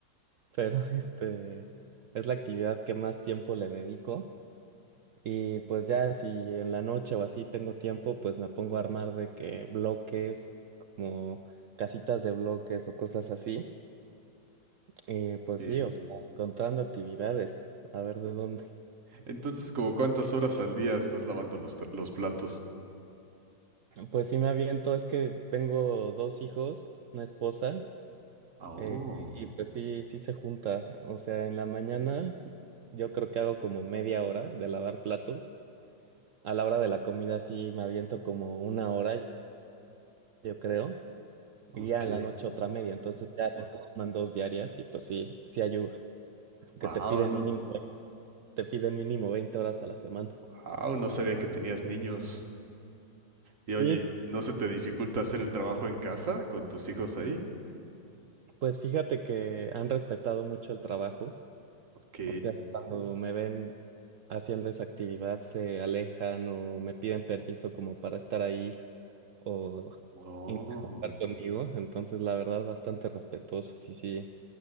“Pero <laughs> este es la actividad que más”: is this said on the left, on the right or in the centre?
Right